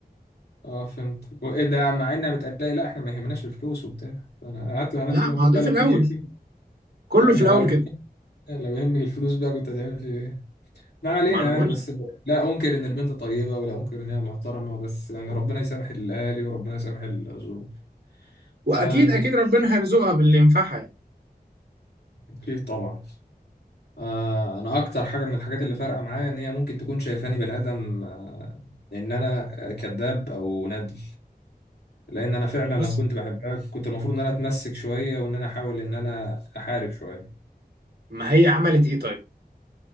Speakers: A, on the left; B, on the right.
A: اه فهمت وإيه ده مع إنها بتقلقي لا إحنا ما يهمناش الفلوس وبتاع أنا قعدت مع نفسي
B: لا
A: كده
B: ما
A: بقول
B: هو ده
A: بقى
B: في
A: لو
B: الاول
A: كان يهم-
B: كله
A: آه،
B: في
A: ده
B: الاول
A: لو
B: كده
A: كان لو يهمك الفلوس بقى كنت هتعمل فيه إيه؟ ما علينا
B: ما انا بقول
A: يعني بس
B: لك
A: لا أنكر إن البنت طيبة ولا أنكر إنها محترمة بس يعني ربنا يسامح الأهالي وربنا يسامح الظروف
B: واكيد
A: أم،
B: اكيد ربنا هيرزقها باللي ينفعها يعني
A: أكيد طبعا آه، انا اكتر حاجه من الحاجات اللي فارقه معايا ان هي ممكن تكون شايفاني بني ادم آه، ان انا آه، كذاب او ندل لان انا فعلا لما
B: بص
A: كنت بحبها كنت المفروض ان انا اتمسك شويه وان انا احاول ان انا احارب شويه
B: ما هي عملت ايه طيب